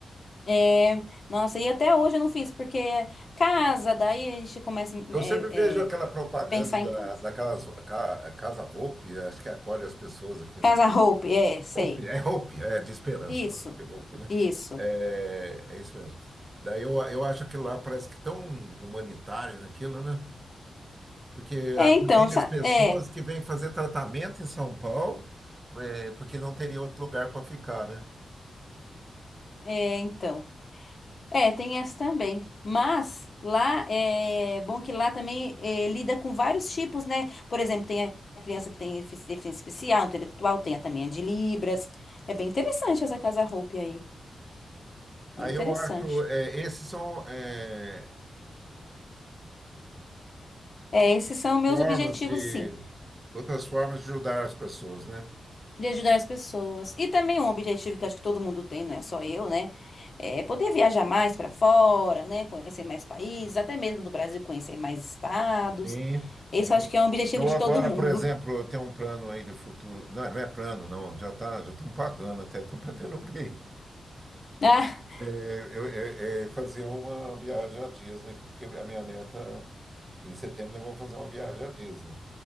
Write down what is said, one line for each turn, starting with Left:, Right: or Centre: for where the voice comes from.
Left: É, nossa, e até hoje eu não fiz, porque casa, daí a gente começa
Right: Eu
Left: é,
Right: sempre vejo aquela
Left: é,
Right: propaganda
Left: pensar
Right: da,
Left: em casa.
Right: daquelas ca- Casa Volpe, acho que acolhe as pessoas aqui em
Left: Casa
Right: São Paulo.
Left: roupa, é, sei.
Right: Volpe, é Volpe, é de esperança,
Left: Isso,
Right: não é Volpe, né?
Left: isso.
Right: É, é isso mesmo. Daí eu, eu acho que lá parece que tão humanitário naquilo, né? porque
Left: É,
Right: acolher
Left: então, sa-
Right: as pessoas
Left: é,
Right: que vêm fazer tratamento em São Paulo, é, porque não teria outro lugar para ficar, né?
Left: é, então. É, tem essa também. Mas lá é bom que lá também é, lida com vários tipos, né? Por exemplo, tem a criança que tem defici- deficiência especial, intelectual, tem a também a de Libras. É bem interessante essa Casa Hope aí.
Right: Aí
Left: Bem interessante.
Right: eu acho, é, esses são é,
Left: É, esses são meus
Right: formas
Left: objetivos,
Right: de
Left: sim,
Right: outras formas de ajudar as pessoas, né?
Left: de ajudar as pessoas. E também um objetivo que eu acho que todo mundo tem, não é só eu, né? É poder viajar mais para fora, né? Conhecer mais países, até mesmo do Brasil conhecer mais estados.
Right: Sim, sim.
Left: Esse eu acho que é um objetivo
Right: Eu
Left: de
Right: agora,
Left: todo mundo.
Right: por exemplo, eu tenho um plano aí de futuro. Não, não é plano, não. Já tá, já estão pagando até, estão pagando bem.
Left: <laughs>
Right: É, eu- é- é fazer uma viagem à Disney, porque a minha neta, em setembro, nós vamos fazer uma viagem à Disney.